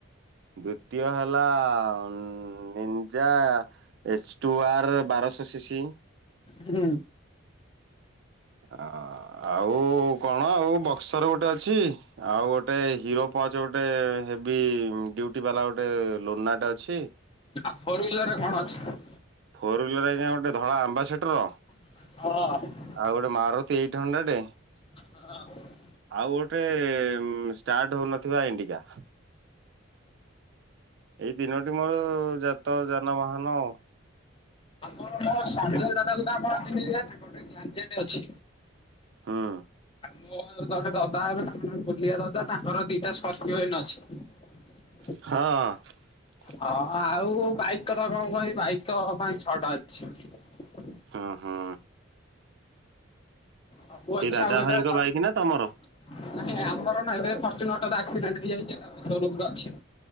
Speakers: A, on the right; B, on the left.
A: ଦ୍ଵିତୀୟ ହେଲା ଅ-ଅ-ଅ-ଅ-ଅ ନିଞା ଏଚ ଟୁ ଆର ବାରଶ ସି ସି
B: ହୁଁ।
A: ଅ-ଅ-ଅ ଆଉ-ଉ-ଉ କଣ ଆଉ ବକ୍ସର ଗୋଟେ ଅଛି ଆଉ ଗୋଟେ ଗୋଟେ ହିରୋ ପଚ ଗୋଟେ ହେଵି ଡୁଉଟି ବାଲା ଗୋଟେ ଲୋନାଟେ ଅଛି।
B: ଆଉ ଫୋର ହୁଇଲର ରେ କଣ ଅଛି?
A: ଫୋର୍ ହୁଇଲର୍ ଆଜ୍ଞା ଗୋଟେ ଧଳା ଆମ୍ବାସେଟର
B: ହଁ।
A: ଆଉ ଗୋଟେ ମାରୁତି ଏଇଟ୍ ହଣ୍ଡ୍ରେଡ୍
B: ହଁ।
A: ଆଉ ଗୋଟେ ଷ୍ଟାର୍ଟ ହଉନଥିବା ଇଣ୍ଡିିକା। ଏଇ ତିନୋଟି ମୋର ଜାତ ଯାନବାହାନ ଆଉ।
B: ଆପଣ ମୋ ସନଜୟ ଦାଦକୁ ତ ଆପଣ ଚିହ୍ନିଥିବେ ତାଙ୍କରେ ଗୋଟେ <unintelligible> ଅଛି।
A: ହଁ।
B: ମୋ ଜଣେ ଦଦା ହେବେ ତାଙ୍କ ନା ଗୋଲିଆ ଦଦା ତାଙ୍କର ଦିଟା ସ୍କର୍ପିଓ ହେନ ଅଛି।
A: ହଁ।
B: ହଁ ଆଉ ବାଇକ କଥା କଣ କହିବି ବାଇକ ତ ପାଞ୍ଚ, ଛଅଟା ଅଛି।
A: ହଁ ହଁ।
B: ସଵୁ ଅଛି
A: ଦାଦା
B: ଆଉ ଏବେ
A: ଭାଇଙ୍କ
B: ନାଇଁ
A: ବାଇକ ନା ତମର?
B: ଆମର ଫର୍ଚ୍ୟୁନର ଆକ୍ସିଡେଣ୍ଟ ହେଇଯାଇଛି ସୋରୁମ୍ ରେ ଅଛି।